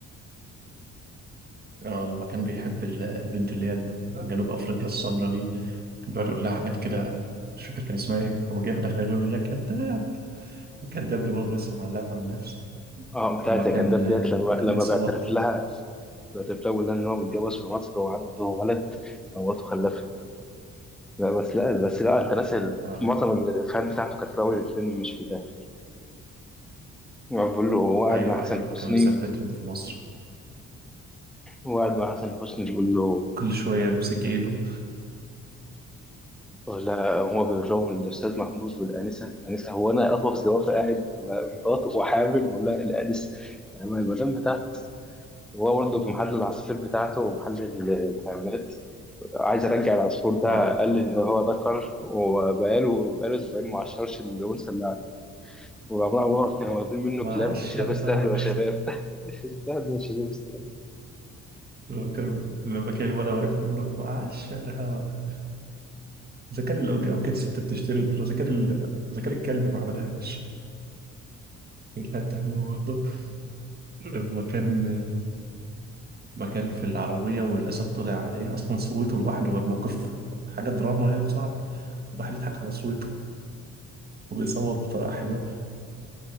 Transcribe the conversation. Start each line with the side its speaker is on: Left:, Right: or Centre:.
Right: اه لما كان بيحب ال- البنت اللي هي من جنوب افريقيا السمراء دي كان بيقعد يقول لها حاجات كده مش فاكر كان اسمها ايه هو جاي في الاخر يقول له يا كذاب الكذاب دي برضه لسه معلقه مع النفس
Centre: اه
Right: وما
Centre: بتاعت
Right: كان
Centre: يا كداب ديت لما
Right: وما
Centre: لما
Right: كان بيصوت
Centre: بيعترف لها بيعترف لها ويقول لها إن هو متجوز في مصر وعنده ولد ومراته خلفت لا بس لا بس لا انت ناسي ال-
Right: اه
Centre: معظم الافيهات بتاعته كانت في اول الفيلم مش في الاخر هو بيقول له هو قاعد
Right: ايوه
Centre: مع حسن
Right: ايوه لما
Centre: حسني
Right: كانوا يثبتهم في مصر
Centre: هو قاعد مع حسن حسني بيقول له
Right: كل شوية يمسك ايده
Centre: ولا هو بيقول لهم الاستاذ محمود والانسه انسه هو انا اهوف زوافه قاعد على مراته وحامل ولا الانسه يعني المدام بتاعت هو برضه في محل العصافير بتاعته ومحل الحيوانات عايز ارجع العصفور ده
Right: اه
Centre: قال لي ان هو ذكر وبقاله بقاله اسبوعين ما عشرش الانثى اللي وعمر عمر كانوا واخدين منه
Right: معشرها
Centre: كلاب شباب استهلوا يا شباب <laughs> استهلوا يا شباب استهلوا
Right: لما كان لما كان ولا واقف يقول له معشرها اذا كان لو لو كانت الست بتشتري تقول له اذا كان ال- اذا كان الكلب ما عملهاش كانت حتة حلوه برضه لما كان لما كان في العربيه والاسد طلع عليه اصلا صوته لوحده والموقف حاجه دراما هي صعب الواحد يضحك على صوته وبيصوت بطريقه حلوه